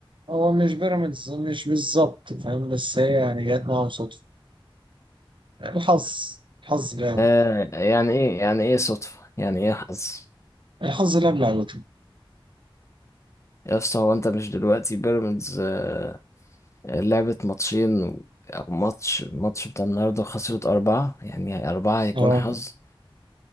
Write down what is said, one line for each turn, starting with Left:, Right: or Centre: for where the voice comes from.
Right: هو مش بيراميدز مش بالظبط فاهم بس هي يعني جت معاهم صدفه الحظ الحظ لعب
Left: آه يعني ايه يعني ايه صدفة يعني ايه حظ
Right: الحظ لعب لعبته
Left: يا اسطى هو انت مش دلوقتي بيراميدز آه لعبت ماتشين و- او ماتش ماتش بتاع النهارده خسرت أربعة يعني أربعة هيكون
Right: اه
Left: حظ